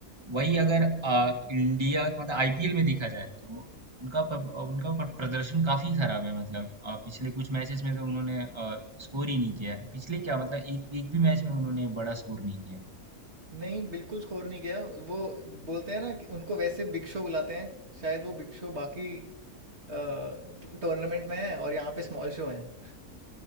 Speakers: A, on the right; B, on the right.
A: वही अगर अ, इंडिया मतलब आईपीएल में देखा जाए तो उनका प- उनका प- प्रदर्शन काफी खराब है मतलब अ, पिछले कुछ मैचेस में तो उन्होंने स्कोर ही नहीं किया है पिछले क्या मतलब एक एक भी मैच में उन्होंने बड़ा स्कोर नहीं किया
B: नहीं बिल्कुल स्कोर नहीं किया वो बोलते हैं ना कि उनको वैसे बिग शो बुलाते हैं शायद वो बिग शो बाकी टूर्नामेंट में है और यहाँ पे स्मॉल शो है <laughs>